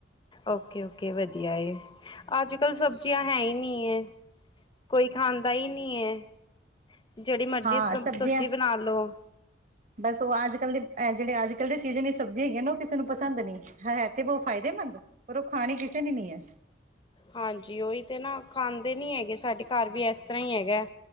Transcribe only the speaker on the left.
ਓਕੇ ਓਕੇ ਵਧੀਆ ਏ ਅੱਜ ਕੱਲ ਸਬਜ਼ੀਆਂ ਹੈ ਹੀ ਨਹੀਂ ਹੈ ਕੋਈ ਖਾਂਦਾ ਹੀ ਨਹੀਂ ਹੈ ਜਿਹੜੀ ਮਰਜ਼ੀ
ਸ
ਸਬਜ਼ੀ ਬਣਾ ਲਉ।
ਹਾਂਜੀ ਉਹੀ ਤੇ ਨਾ ਖਾਂਦੇ ਨੀ ਹੈਗੇ ਸਾਡੇ ਘਰ ਵੀ ਇਸ ਤਰ੍ਹਾਂ ਹੀ ਹੈਗਾ